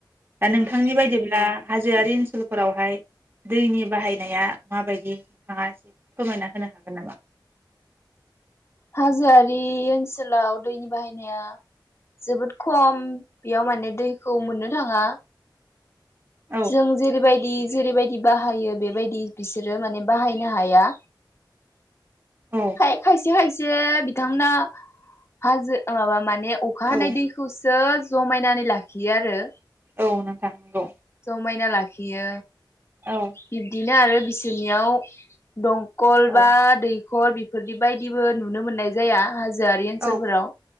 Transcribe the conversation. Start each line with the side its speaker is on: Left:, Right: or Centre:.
Right: दा नोंथांनि बायदिब्ला हाज जोआरि ओनसोलफोरावहाय दैनि बाहायनाया माबायदि नोंथाङा एसे फोरमायना होनो हागोन नामा
Left: हाजोआरि ओनसोलाव। दैनि बाहायनाया। जोबोद खम बेयाव माने दैखौ मोननो थाङा।
Right: औ
Left: जों जेरैबाय। दि जेरैबायदि बाहायो बेबायदि बिसोरो माने बाहायनो हाया।
Right: औ
Left: खाय खायसे खायसे से बिथांमोना हाजो ओ माबा मा ने अखा हानाय
Right: औ
Left: दैखौसो जमायनानै लाखियो आरो।
Right: औ नोंथां नंगौ
Left: जमायना लाखियो।
Right: औ
Left: बिब्दिनो आरो बिसोरनियाव दं कल
Right: औ
Left: बा दै खर बेफोरदि बायदिबो नुनो मोननाय जाया हाजो जोयारि ओनसोलफोराव।
Right: औ